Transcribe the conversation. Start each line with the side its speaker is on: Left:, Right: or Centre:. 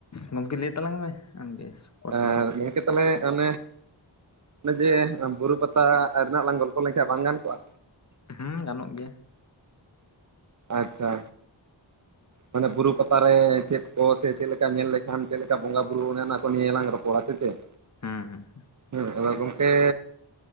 Left: ᱜᱚᱢᱠᱮ ᱞᱟᱹᱭ ᱛᱟᱞᱟᱝ ᱢᱮ ᱟᱢᱜᱮ ᱦᱚᱴ
Right: ᱟᱨ
Left: ᱴᱚᱯᱤᱠ
Right: <unintelligible> ᱛᱟᱞᱦᱮ ᱚᱱᱮ ᱚᱱᱮ ᱡᱮ ᱵᱩᱨᱩ ᱯᱟᱛᱟ ᱨᱮᱱᱟᱜ ᱞᱟᱝ ᱜᱚᱞᱯᱚ ᱞᱮᱱᱠᱷᱟᱱ ᱵᱟᱝ ᱜᱟᱱ ᱠᱚᱜ-ᱟ
Left: ᱦᱩᱸ ᱜᱟᱱᱚᱜ ᱜᱮᱭᱟ
Right: ᱟᱪᱪᱷᱟ ᱢᱟᱱᱮ ᱵᱩᱨᱩ ᱯᱟᱛᱟᱨᱮ ᱪᱮᱫ ᱠᱚ ᱥᱮ ᱪᱮᱫ ᱞᱮᱠᱟ ᱧᱮᱞ ᱞᱮᱠᱷᱟᱱ ᱪᱮᱫ ᱞᱮᱠᱟ ᱵᱚᱸᱜᱟ ᱵᱩᱨᱩ ᱚᱱᱮ ᱚᱱᱟ ᱠᱚ ᱱᱤᱭᱟᱹᱞᱟᱝ ᱨᱚᱯᱚᱲᱟ ᱥᱮ ᱪᱮᱫ?
Left: ᱦᱮᱸ ᱦᱮᱸ
Right: ᱦᱮᱸ ᱟᱫᱚ ᱜᱚᱝᱠᱮ